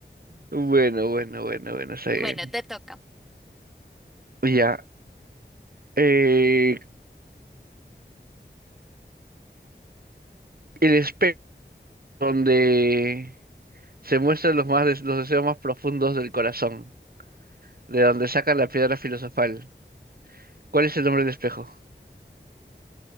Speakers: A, on the right; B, in the centre.
A: Bueno, bueno, bueno, bueno, está bien.
B: Bueno, te toca.
A: Ya. Eh, el espejo donde se muestran los más des- los deseos más profundos del corazón, de donde sacan la piedra filosofal. ¿Cuál es el nombre del espejo?